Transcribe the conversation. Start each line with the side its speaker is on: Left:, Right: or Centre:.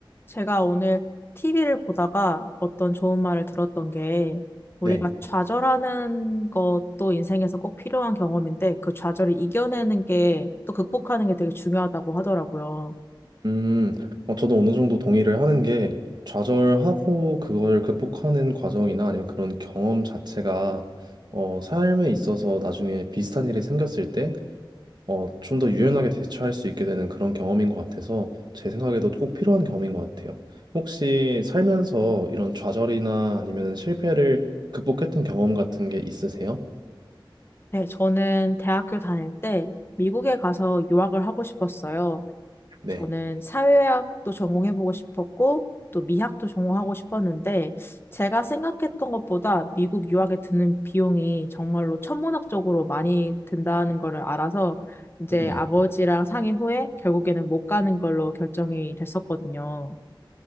Left: 제가 오늘 TV를 보다가 어떤 좋은 말을 들었던 게 우리가
Right: 네.
Left: 좌절하는 것도 인생에서 꼭 필요한 경험인데 그 좌절을 이겨내는 게 또 극복하는 게 되게 중요하다고 하더라고요.
Right: 음, 어, 저도 어느 정도 동의를 하는 게 좌절하고 그걸 극복하는 과정이나 아니면 그런 경험 자체가 어, 삶에 있어서 나중에 비슷한 일이 생겼을 때 어, 좀 더 유연하게 대처할 수 있게 되는 그런 경험인 것 같아서 제 생각에도 꼭 필요한 경험인 것 같아요. 혹시 살면서 이런 좌절이나 아니면 실패를 극복했던 경험 같은 게 있으세요?
Left: 네, 저는 대학교 다닐 때 미국에 가서 유학을 하고 싶었어요.
Right: 네.
Left: 저는 사회학도 전공해보고 싶었고, 또 미학도 전공하고 싶었는데, 제가 생각했던 것보다 미국 유학에 드는 비용이 정말로 천문학적으로 많이 든다는 거를 알아서, 이제
Right: 네.
Left: 아버지랑 상의 후에 결국에는 못 가는 걸로 결정이 됐었거든요.